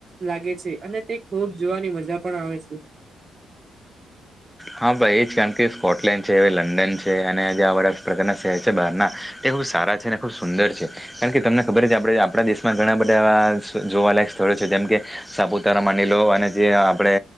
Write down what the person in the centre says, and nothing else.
હા ભાઈ એ જ કારણ કે સ્કોટલેન્ડ છે લંડન છે. અને જે આવાા પ્રકારના શહેર છે બહારના તે સારા છે અને ખૂબ સુંદર છે. કારણ કે તમને ખબર જ આપ આપણા દેશમાં ઘણા બધાવા જોવાલાયક સ્થળો છે જેમ કે સાપુતારા માની લો અને જે આપડે